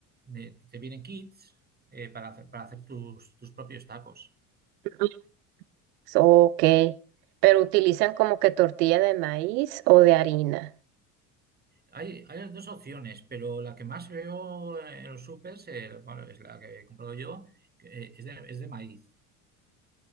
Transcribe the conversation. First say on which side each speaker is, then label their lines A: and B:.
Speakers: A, on the right (about 20°); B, on the right (about 80°).
A: eh, te vienen kits eh, para hacer, para hacer tus, tus propios tacos.
B: Ujú. Ok, pero utilizan como que tortilla de maíz o de harina.
A: Hay, hay las dos opciones, pero la que más veo en los supers, eh, bueno, es la que he comprado yo, que, eh, es de, es de maíz.